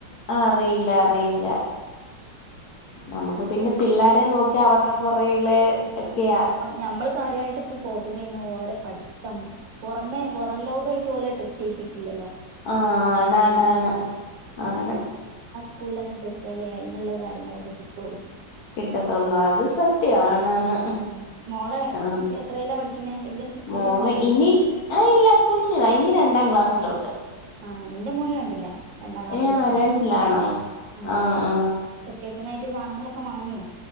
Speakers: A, on the left (about 65°); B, on the right (about 75°).
A: ആ അറിയില്ല അറിയില്ല നമുക്ക് പിന്നെ പിള്ളാരെ നോക്കി അവരുടെ പുറകെ ൽ ഒക്കെയാ
B: ഞമ്മള് കാര്യയിട്ട് ഇപ്പൊ ഫോക്കസ് ചെയ്യണ ഓരോ പഠിത്തം പുറമെ പുറം ലോകയിട്ട് ഓലഡ് ചെയ്യിപ്പിക്കില്ലല്ലോ
A: ആഹ
B: ഉം
A: ആണണണ്
B: ഉം
A: ആണ്
B: സ്കൂള തന്നെ ചെറുത്താലേ അതിനുള്ള കാര്യങ്ങളൊക്കെ കിട്ടയള്ളൂ
A: കിട്ടത്തൊള്ളവാത് സത്യാണ് ആന്ന്
B: ഉം മോള്
A: ആ
B: എത്രയിലാ പഠിക്കണേ വല്യ
A: മോള്
B: വല്യ മോളാണോ
A: ഇനി ആ ഇല്ല കുഞ്ഞതാ ഇനി രണ്ടാം ക്ലാസ്സിലോട്ട്
B: ഉം ആഹ് എന്റെ മോന് രണ്ടിലാ രണ്ടാം ക്ലാസ്സില്
A: ആ
B: തൊട്ടാന്
A: രണ്ടിലാണോ
B: ആഹ്
A: ആ
B: ആഹ്
A: ആ
B: വെക്കേഷനായിട്ട് സാധനങ്ങളൊക്കെ വാങ്ങിയോ